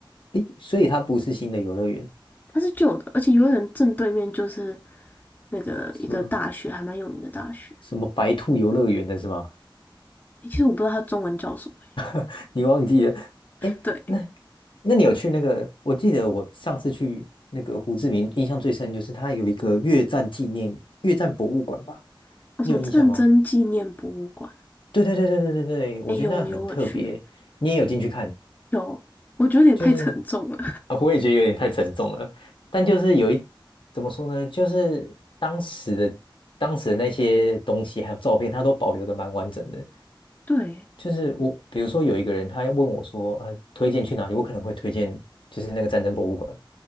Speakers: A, on the left (about 70°); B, on the left (about 20°).
A: 诶，所以它不是新的游乐园，
B: 它是旧的，而且游乐园正对面就是那个一个大学，
A: 什么
B: 还蛮有名的大学。
A: 什么白兔游乐园的是吗？
B: 诶其实我不知道它中文叫什么耶。
A: <laughs> 你忘记了？诶，
B: 对，
A: 那那你有去那个？我记得我上次去那个胡志明，印象最深就是它有一个越战纪念越战博物馆吧？
B: 有什么战争纪念博物馆？
A: 你有印象吗？对对对对对对对，我觉得那很特别，
B: 哎，呦，有我去，
A: 你也有进去看，
B: 有，我觉得有点太沉重了。
A: 就是啊，我也觉得有点太沉重了，但就是有一，怎么说呢，就是当时的当时的那些东西还有照片，它都保留的蛮完整的。
B: <laughs> 对，
A: 就是我，比如说有一个人，他要问我说，呃，推荐去哪里？我可能会推荐就是那个战争博物馆，